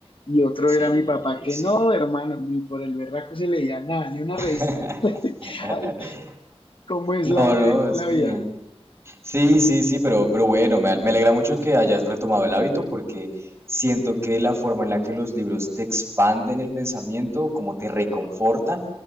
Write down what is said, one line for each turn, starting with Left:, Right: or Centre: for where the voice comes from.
Left: y otro era
Right: Sí,
Left: mi papá que
Right: sí.
Left: no, hermano, ni por el berraco se leía nada, ni una
Right: <laughs>
Left: revista. <laughs> Ay, ¿cómo es
Right: No,
Left: la,
Right: no,
Left: el-
Right: sí.
Left: la vida?
Right: Sí, sí, sí, pero, pero bueno, me, al- me alegra mucho que hayas retomado el hábito porque siento que la forma en la que los libros te expanden el pensamiento, como te reconfortan,